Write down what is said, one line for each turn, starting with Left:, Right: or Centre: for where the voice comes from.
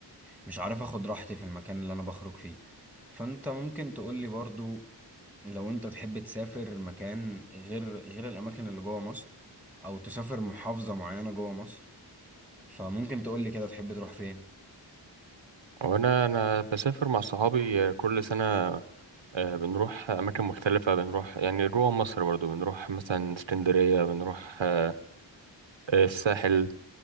Centre: مش عارف اخد راحتي في المكان اللي انا بخرج فيه فانت ممكن تقولي برضو لو انت تحب تسافر مكان غير غير الاماكن اللي جوه مصر او تسافر محافظة معينة جوه مصر فممكن تقولي كده تحب تروح فين
Right: وانا انا بسافر مع صحابي آه، كل سنه آه، بنروح اماكن مختلفه بنروح يعني جوه مصر برضه بنروح مثلا اسكندريه بنروح آه، آه، الساحل